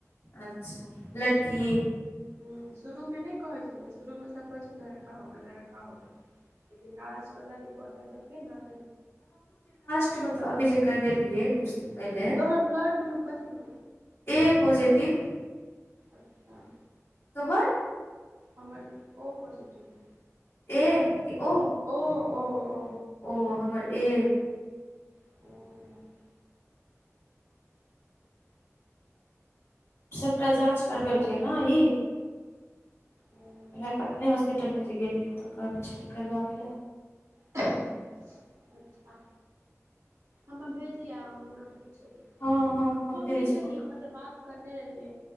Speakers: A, on the left; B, on the right.
A: अच्छा लड़की
B: हूॅं शुरूमे नै कहै छलै शुरूमे सभ कहै छैय, लड़का होगा, लड़का होगा। लेकिन लास्ट वला रिपोर्ट देखल के नै
A: ऽ मतलब अभी जे करबेेलियए कुछ दिन पहिले
B: तोहर ब्लड ग्रुप कथी हो।
A: ए पॉजेटिव
B: अच्छा
A: तोहर
B: हमर ओ पॉजेटिव हइ।
A: ए की ओ
B: ओ-ओ -ओ
A: ओ हमर ए।
B: हूॅं
A: सभटा जाँच करबेलकै नेय ई
B: हूँ
A: उएह पटने हॉस्पिटलमे जे गेलियै तऽ कहने छलै करबाबै लए।
B: अच्छा हमरा भेजिए हम ओकरा पूछबे।
A: हँ हँ
B: हम कहने
A: भेजबौ
B: रहिए ओकरा से बात करने रहियै,